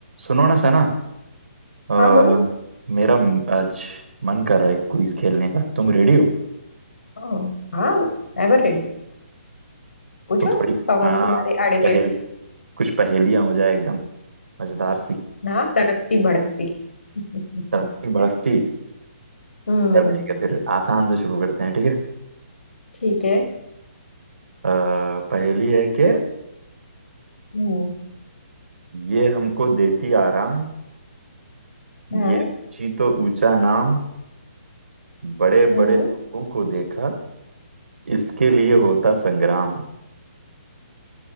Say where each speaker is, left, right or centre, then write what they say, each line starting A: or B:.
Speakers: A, on the right (about 80°); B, on the left (about 80°).
A: सुनो ना सना अ,
B: हाँ बोलो
A: मेरा म- आज मन कर रहा है क्विज खेलने का तुम रेडी हो
B: ओ, हाँ Ever ready पूछो
A: तो थोड़ी
B: सवाल
A: आ,
B: तुम्हारे आड़े
A: पहेल
B: टेढ़े से
A: कुछ पहेलियां हो जाए एकदम मजेदार सी
B: ना तड़कती भड़कती <laughs>
A: तड़कती भड़कती
B: हम्म
A: चलो ठीक है फिर आसान से शुरू करते हैं ठीक है
B: ठीक है
A: अ, पहेली है कि
B: हम्म
A: ये हमको देती आराम
B: हाँ
A: ये ऊंची तो ऊंचा नाम बड़े बड़े
B: हम्म
A: लोगों को देखा इसके लिए होता संग्राम